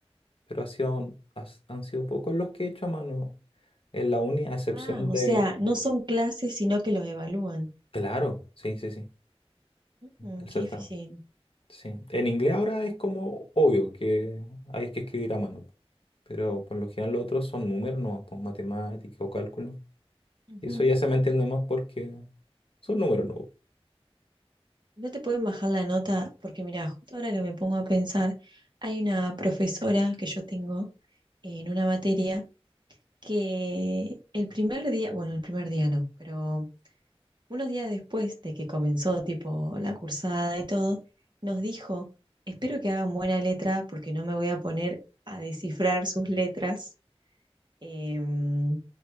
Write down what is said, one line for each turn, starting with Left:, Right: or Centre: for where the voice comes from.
Left: pero ha sido, un- has- han sido pocos los que he hecho a mano en la uni, a excepción
Right: Ah,
Left: de
Right: o sea,
Left: inglés.
Right: no son clases, sino que los evalúan.
Left: Claro, sí, sí, sí,
Right: Mm,
Left: el certamen.
Right: qué difícil.
Left: Sí. En inglés ahora es como obvio que hay que escribir a mano, pero por lo general los otros son números, no, pues matemática o cálculo.
Right: Ujú.
Left: Y eso ya se me entiende más porque son números, no.
Right: No te pueden bajar la nota porque, mira, justo ahora que me pongo a pensar, hay una profesora que yo tengo en una materia que el primer día, bueno, el primer día no, pero unos días después de que comenzó tipo la cursada y todo, nos dijo, espero que hagan buena letra porque no me voy a poner a descifrar sus letras Em,